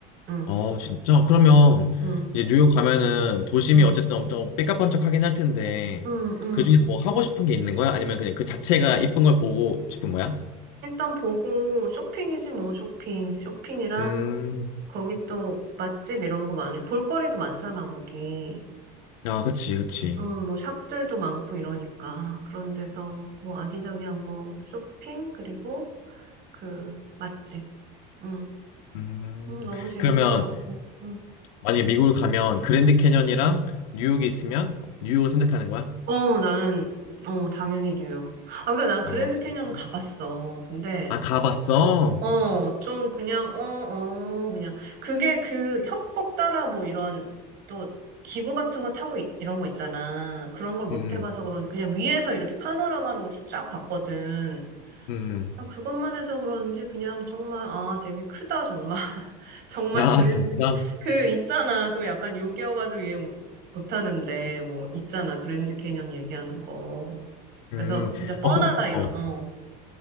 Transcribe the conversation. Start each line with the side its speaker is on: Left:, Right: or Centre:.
Right: 응,
Left: 어, 진짜? 그러면
Right: 응,
Left: 이제 뉴욕 가면은 도심이
Right: 응,
Left: 어쨌든 엄청 삐까뻔쩍하긴 할 텐데
Right: 응, 응.
Left: 그중에서 뭐 하고 싶은 게 있는 거야? 아니면 그냥 그 자체가 이쁜 걸 보고 싶은 거야?
Right: 일단 보고 쇼핑이지 뭐, 쇼핑. 쇼핑이랑
Left: 음,
Right: 거기 또 맛집 이런 거 많이, 볼거리도 많잖아, 거기.
Left: 아, 그치, 그치.
Right: 어, 뭐 샵들도 많고 이러니까. 그런 데서 뭐 아기자기한 거 쇼핑, 그리고 그 맛집. 응.
Left: 음,
Right: 음, 너무 재밌을
Left: 그러면
Right: 것 같아. 응.
Left: 만약에 미국을 가면 그랜드 캐년이랑 뉴욕에 있으면 뉴욕을 선택하는 거야?
Right: 어, 나는, 어, 당연히 뉴욕. 아, 그래, 난 그랜드
Left: 아, 진짜?
Right: 캐니언은 가봤어. 근데
Left: 아, 가봤어?
Right: 어, 좀 그냥, 어, 어, 그냥. 그게 그 협곡 따라 뭐 이런 또 기구 같은 거 타고 이- 이런 거 있잖아. 그런 걸 못
Left: 음,
Right: 해봐서 그런, 그냥 위에서 이렇게 파노라마로 쫙 봤거든.
Left: 음.
Right: 그냥 그것만 해서 그런지 그냥 정말, 아, 되게 크다, 정말. <laughs> 정말
Left: 아,
Right: 그랜드.
Left: 진짜?
Right: 그 있잖아. 그 약간 욕이어가지고 이해 못- 못하는데, 뭐, 있잖아. 그랜드 캐년 얘기하는 거.
Left: 음.
Right: 그래서 진짜 뻔하다,
Left: 어, 근,
Right: 이런,
Left: 어.
Right: 어,